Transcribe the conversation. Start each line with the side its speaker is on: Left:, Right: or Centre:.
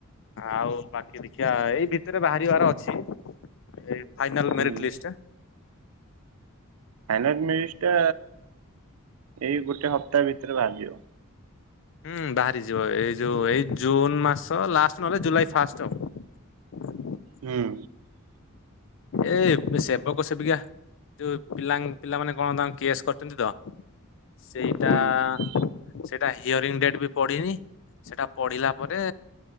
Left: ଆଉ ବାକି ଦେଖିବା ଏଇ ଭିତରେ ବାହାରିବାର ଅଛି ଏ ଫାଇନାଲ୍
Right: ହୁଁ
Left: ମେରିଟ୍ ଲିଷ୍ଟଟା।
Right: ଫାଇନା ଲିଷ୍ଟ ଟା ଏଇ ଗୋଟେ ହପ୍ତାହ ଭିତ ଏବେ ବାହାରି ଯିବ।
Left: ହୁଁ ବାହାରିଯିବ ଏଇ ଯୋଉ ଏଇ ଜୁନ ମାସ ଲାଷ୍ଟ ନହେଲେ ଜୁଲାଇ ଫାଷ୍ଟ ଆଉ
Right: ହଁ।
Left: ଏଇ ସେବକ ସେବିକା ଯୋଉ ପିଲା ପିଲାମାନେ କଣ ତାଙ୍କ କେସ୍ କରିଛନ୍ତି ତ ସେଇଟା
Right: ହୁଁ
Left: ସେ ସେଟା ହିଅରିଙ୍ଗ ଡେଟ୍ ବି ପଡ଼ିନି ସେଟା ପଢିଲା ପରେ